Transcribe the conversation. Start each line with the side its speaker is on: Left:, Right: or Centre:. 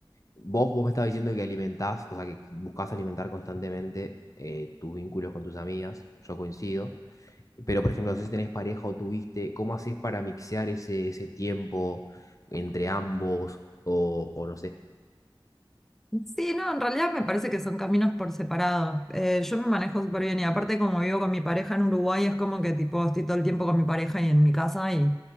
Left: vos, vos me estabas diciendo que alimentás, o sea, que buscás alimentar constantemente eh, tus vínculos con tus amigas. Yo coincido. Pero, por ejemplo, no sé si tenés pareja o tuviste, ¿cómo haces para mixear ese, ese tiempo entre ambos? O, o no sé.
Centre: Sí, no, en realidad me parece que son caminos por separado. Eh, yo me manejo súper bien y aparte como vivo con mi pareja en Uruguay es como que tipo estoy todo el tiempo con mi pareja y en mi casa y,